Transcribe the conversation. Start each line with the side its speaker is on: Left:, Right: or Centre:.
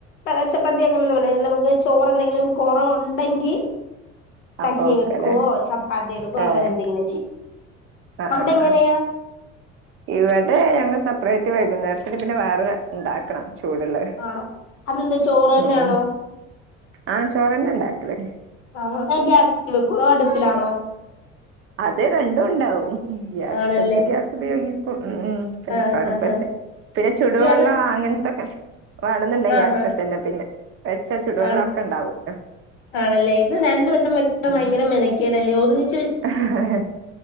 Left: പറ ചപ്പാത്തി <unintelligible> നമുക്ക് ചോറെന്തെങ്കിലും കൊറവോണ്ടെങ്കി കഞ്ഞി
Right: അപ്പൊ ഓക്കെല്ലേ
Left: വെക്കുവോ ചപ്പാത്തി എടുക്കോ
Right: ഏഹ്
Left: അങ്ങനെ എ <unintelligible>
Right: ആഹ്
Left: അവിടെ
Right: ആഹ്
Left: എങ്ങനെയാ
Right: ആഹ് ഇവിടെ ഞങ്ങൾ സെപ്പറേറ്റ് വൈകുന്നേരത്തിന് പിന്നെ വേറെ ഉണ്ടാക്കണം ചൂടുള്ളത്
Left: ആണോ അതെന്താ ചോറ് തന്നൊണോ
Right: ഉം ഉം ആഹ് ചോറന്നെ ഉണ്ടാക്കല്
Left: ആ ഗ്യാസിൽ വെക്കുമോ അടുപ്പിലാണോ.
Right: ത് രണ്ടും ഉണ്ടാവും. ഉം ഗ്യാസ്
Left: ആണല്ലേ
Right: ചിലപ്പോ ഗ്യാസുപയോഗി ഉം ഉം ചിലപ്പോൾ
Left: ആഹ്
Right: അടുപ്പ്
Left: ആഹ്
Right: ഒക്കെ ഇത്തിരി ചൂടുവെള്ളവും
Left: അയ്യോ അത്
Right: അങ്ങനത്തൊക്കെ വേണമെന്നുണ്ടെങ്കിൽ
Left: ആഹ്
Right: ഈ അടുപ്പിൽ
Left: ആഹ്
Right: തന്നെ പിന്നെ. വെച്ച ചുടുവെള്ളം
Left: ആണ്
Right: ഒക്കെ ഉണ്ടാവുല്ലോ
Left: ആണല്ലേ ഇത് രണ്ടവട്ടം വെക്കൻ
Right: ഉം
Left: ഭയങ്കര മെനക്കെടാ . ടല്ലേ ഒന്നി
Right: ആഹ്